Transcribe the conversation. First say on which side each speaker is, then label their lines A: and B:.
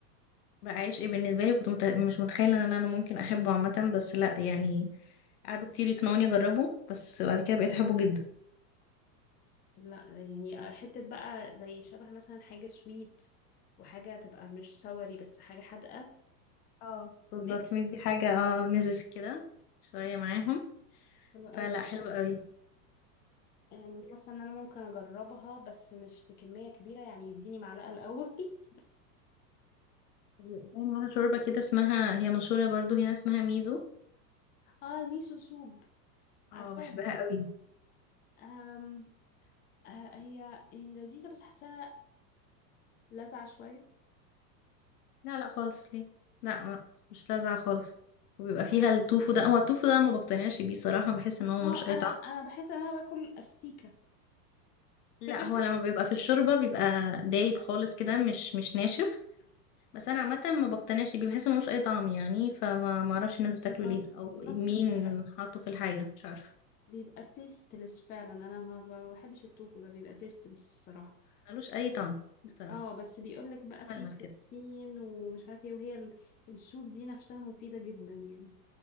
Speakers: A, on the left; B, on the left.
A: بعيش ايه بالنسبه لي كنت مت... مش متخيله ان انا ممكن احبه عامه بس لا يعني قعدوا كتير يقنعوني اجربه بس بعد كده بقيت احبه جدا
B: لا يعني حتة بقى زي شبه مثلا حاجة سويت وحاجة تبقى مش سوري بس حاجة حادقة
A: اه بالظبط
B: ميكس
A: مدي حاجه اه ميزز كده شويه معاهم
B: حلو
A: فلا
B: قوي
A: حلو قوي
B: يعني حاسة ان انا ممكن اجربها بس مش في كمية كبيرة يعني يديني معلقة الاول <laughs>
A: وبيبقى كمان معاها شوربه كده اسمها هي مشهوره برضو هنا اسمها ميزو
B: اه الميسو سوب
A: اه
B: عارفاها
A: بحبها قوي
B: أم... آه، هي يعني لذيذة بس حاساها لاذعة شوية
A: لا لا خالص ليه لا لا مش لاذعه خالص وبيبقى فيها التوفو ده هو التوفو ده ما بقتنعش بيه صراحه بحس ان هو ملوش
B: اه
A: اي
B: انا
A: طعم
B: انا بحس ان انا باكل استيكه
A: لا
B: <laughs>
A: هو لما بيبقى في الشوربة بيبقى دايب خالص كده مش مش ناشف بس انا عامة ما بقتنعش بيه بحس إن ملوش اي طعم يعني فما ما اعرفش الناس بتاكله
B: آه،
A: ليه او
B: بالظبط
A: مين
B: بيبقى
A: حاطه في الحاجة مش عارفة
B: بيبقى تيستلس فعلا انا ما ب- بحبش التوفو ده بيبقى تيستلس الصراحه
A: ملوش اي طعم
B: بس
A: بصراحة
B: اه بس بيقول لك بقى
A: ملمس
B: فيه بروتين
A: كده
B: ومش عارف ايه وهي ال- السوب دي نفسها مفيده جدا يعني